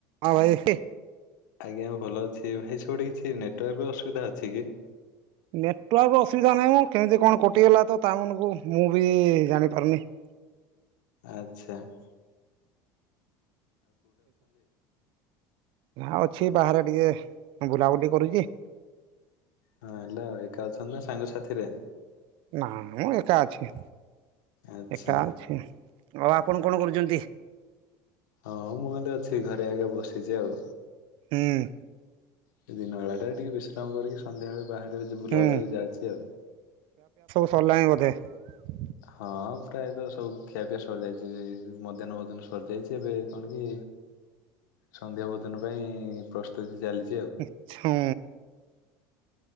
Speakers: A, on the right; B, on the left.
A: ହଁ ଭାଇ
B: ଆଜ୍ଞା, ଭଲ ଅଛି ଭାଇ ସେପଟେ କିଛି ନେଟୱାର୍କ ଅସୁବିଧା ଅଛି କି?
A: ନେଟ୍ ଆ ଅସୁବିଧା ନାହିଁ ମୁଁ କେମିତି କଣ କଟିଗଲା ତ ତା ମାନଙ୍କୁ ମୁଁ ବି ଜାଣି ପାରୁନି ।
B: ଆଛା ।
A: ନା ଅଛି ବାହାରେ ଟିକେ ବୁଲାବୁଲି କରୁଛି।
B: ହଁ ହେଲା, ଏକା ଅଛନ୍ତି ନା ସାଙ୍ଗସାଥିରେ?
A: ନା ମୁଁ ଏକା ଅଛି।
B: ଆଚ୍ଛା।
A: ଏକା ଅଛି ଆଉ, ଆପଣ କଣ କରୁଛନ୍ତି?
B: ହଁ, ମୁଁ, ତ ଅଛି ଘରେ ଆଜ୍ଞା, ବସିଛି ଆଉ
A: ହୁଁ ଉଁ
B: ସେ ଦିନ ବେଳା ଟା ଟିକେ ବିଶ୍ରାମ କରିକି, ସନ୍ଧ୍ୟାବେଳେ ବାହାରେ ଯ ବୁଲାବୁଲିରେ
A: ହୁଁ
B: ଯାଇଛି ଆଉ।
A: କଲାଣି ବୋଧେ ।
B: ହଁ ପ୍ରାୟତଃ ସବୁ ଖିଆ ପିଆ ସରିଯାଇଛି ମଧ୍ୟାହ୍ନ ଭୋଜନ ସରିଯାଇଛି, ଏବେ କଣ କି? ସନ୍ଧ୍ୟା ଭୋଜନ ପାଇଁ ପ୍ରସ୍ତୁତି ଚାଲିଛି ।
A: ଆଛା।